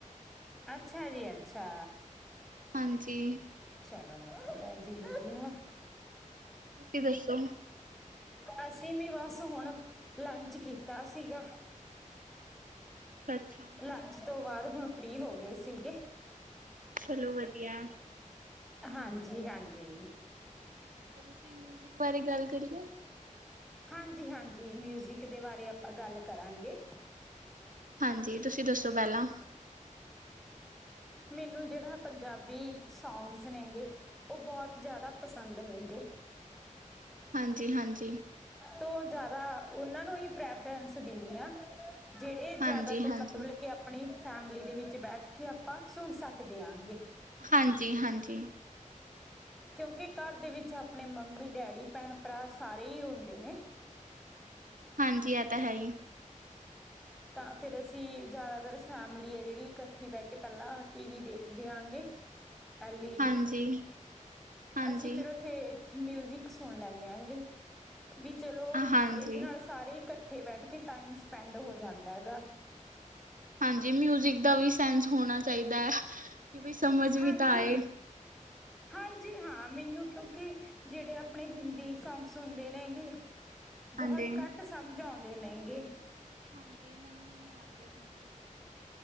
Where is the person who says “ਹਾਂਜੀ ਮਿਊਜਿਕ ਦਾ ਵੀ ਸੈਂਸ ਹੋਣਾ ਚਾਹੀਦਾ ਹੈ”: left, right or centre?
Right